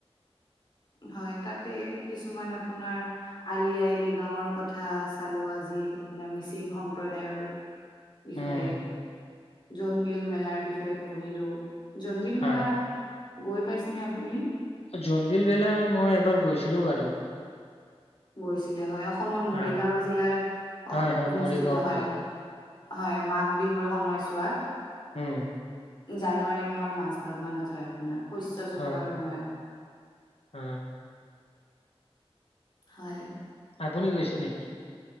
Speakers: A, on the left; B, on the left.
A: হয় তাতে কিছুমান আপোনাৰ আলি আই লিগাৱৰ কথা চালো আজি আপোনাৰ মিচিং সম্প্ৰদায়ৰ। বিষয়ে,
B: উম
A: জোনমিল মেলাৰ বিষয়ে পঢ়িলো। জোনমিল
B: হয়
A: মেলা গৈ পাইছেনে আপুনি?
B: জোনবিল মেলা মই এবাৰ গৈছিলো বাৰু।
A: গৈছিলে হয়, অসমৰ মৰিগাঁও
B: হয়
A: জিলাৰ
B: হয় হয়
A: অনুষ্ঠিত
B: মৰিগাঁওত
A: হয়। হয় মাঘ বিহুৰ সময়ছোৱাত।
B: উম
A: জানুৱাৰী মাহৰ মাজভাগ মানত হয় আপোনাৰ শস্য চপোৱাৰ
B: হয়
A: সময়ত।
B: হয়
A: হয়।
B: আপুনি গৈছে নেকি?